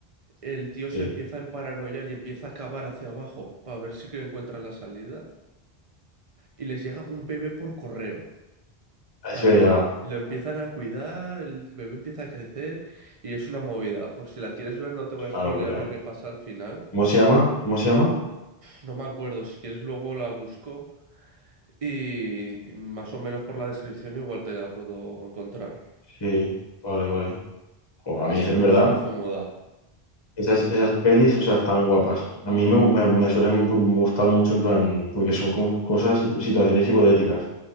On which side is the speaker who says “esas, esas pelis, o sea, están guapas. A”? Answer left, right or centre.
Left